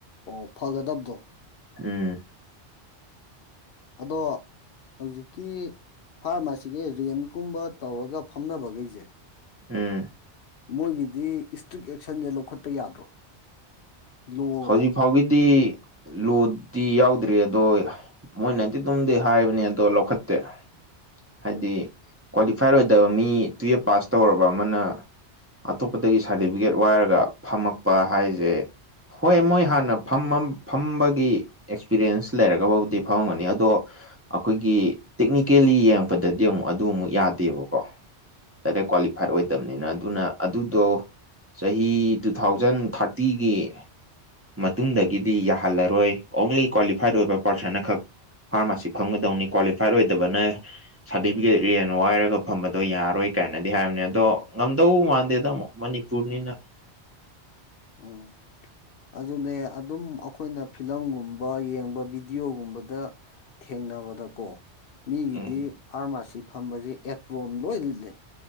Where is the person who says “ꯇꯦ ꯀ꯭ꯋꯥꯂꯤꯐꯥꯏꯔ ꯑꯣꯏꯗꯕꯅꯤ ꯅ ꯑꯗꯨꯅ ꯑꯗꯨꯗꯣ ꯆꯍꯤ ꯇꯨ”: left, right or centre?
Right